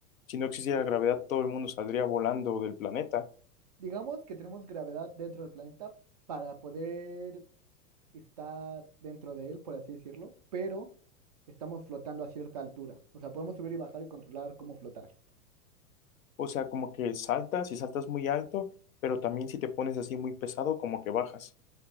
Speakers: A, on the left (about 60°); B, on the right (about 30°).
A: Si no
B: ¿Por
A: existiera
B: qué?
A: gravedad, todo el mundo saldría volando del planeta.
B: Digamos que tenemos gravedad dentro del planeta para poder estar dentro de él, por así decirlo, pero estamos flotando a cierta altura. O sea, podemos subir y bajar y controlar cómo flotar.
A: O sea, como que saltas y saltas muy alto, pero también si te pones así muy pesado, como que bajas.